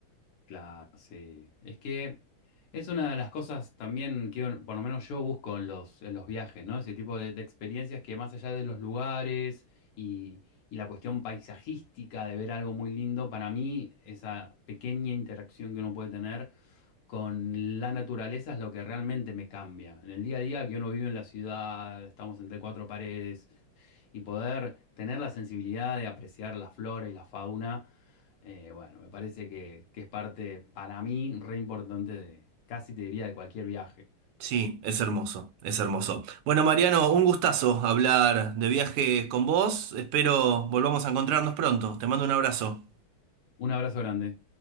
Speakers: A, on the left; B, on the right.
A: Claro, sí. Es que es una de las cosas también que uno- por lo menos yo busco en los, en los viajes, ¿no? Ese tipo de, de experiencias que más allá de los lugares y, y la cuestión paisajística de ver algo muy lindo, para mí esa pequeña interacción que uno puede tener con la naturaleza es lo que realmente me cambia. En el día a día que uno vive en la ciudad, estamos entre cuatro paredes, y poder tener la sensibilidad de apreciar la flora y la fauna, eh, bueno, me parece que, que es parte para mí re importante de, casi te diría, de cualquier viaje.
B: Sí, es hermoso, es hermoso. Bueno, Mariano, un gustazo hablar de viajes con vos. Espero volvamos a encontrarnos pronto. Te mando un abrazo.
A: Un abrazo grande.